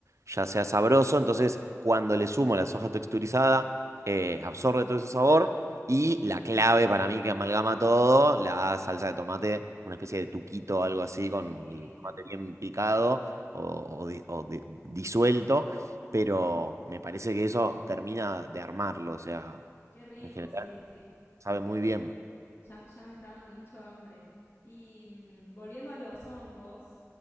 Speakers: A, on the right; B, on the left.
A: ya sea sabroso, entonces cuando le sumo la soja texturizada, eh, absorbe todo ese sabor y la clave para mí que amalgama todo, la salsa de tomate, una especie de tuquito o algo así, con
B: Sí,
A: el tomate bien picado o, o di- o di- disuelto, pero me parece que eso termina de armarlo, o sea,
B: qué rico,
A: en general
B: sí, sí.
A: sabe
B: Sí,
A: muy bien.
B: Ya, ya me está dando mucho hambre. Y mm, volviendo a los hongos,